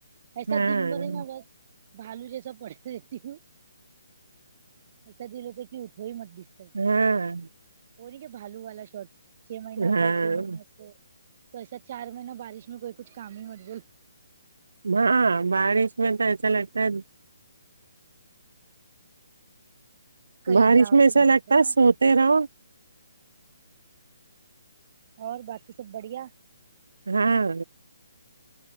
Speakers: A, on the right (about 30°); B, on the right (about 80°).
A: ایسا
B: ہاں
A: دن بھر ہے نا بس بھالو جیسا پڑتی رہتی ہوں ایسا دل ہوتا ہے کی اٹھو ہی مت بس
B: ہاں
A: وہ نہیں کہ بھالو والا شوٹ چھ مہینہ
B: ہاں
A: کاؤ چھ مہینہ سو تو ایسا چار مہینہ بارش میں کوئی کچھ کام ہی مربل
B: ہاں بارش میں تو ایسا لگتا ہے
A: کہیں
B: بارش
A: جاؤ
B: میں ایسا
A: ہی
B: لگتا
A: مت نا
B: ہے سوتے رہو
A: اور باقی سب بڑھیا
B: ہاں